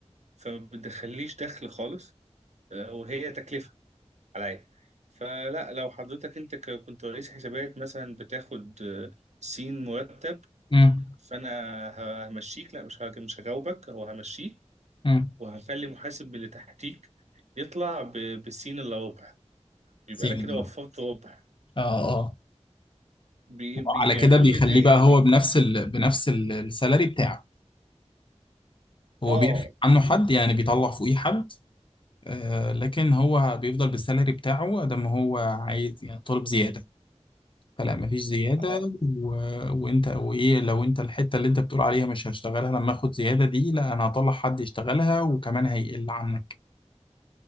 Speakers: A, on the right; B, on the left.
A: فما بتدخليش دخل خالص آه، وهي تكلفة عليا فلا لو حضرتك انت ك- كنت رئيس حسابات مثلا بتاخد آه، سين مرتب
B: امم
A: فانا ه- همشيك لا مش هج- مش هجاوبك هو همشيك
B: امم
A: وهخلي محاسب اللي تحتيك يطلع ب- بالسين الا ربع يبقى
B: سيلز
A: انا كده
B: اه
A: وفرت ربع
B: اه
A: بي
B: وعلى
A: بي بيعملوا
B: كده بيخليه
A: الدايره
B: بقى هو
A: دي
B: بنفس ال... بنفس ال- السالري بتاعه هو
A: اه
B: بيرفع عنه
A: بز...
B: حد يعني بيطلع فوقيه حد آه لكن هو بيفضل بالسالري بتاعه قد ما هو عايز يعني طالب زيادة فلا مفيش زيادة
A: اه
B: و... وانت وايه لو انت الحتة اللي انت بتقول عليها مش هشتغلها لما اخد زيادة دي لا انا هطلع حد يشتغلها وكمان هيقل عنك